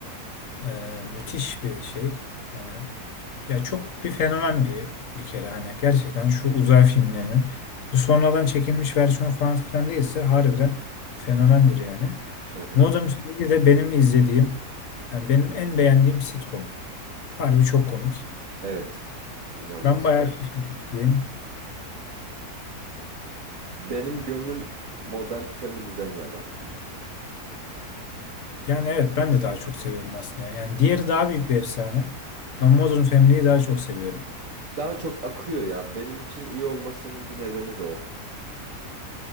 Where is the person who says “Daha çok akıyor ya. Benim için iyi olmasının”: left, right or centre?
Right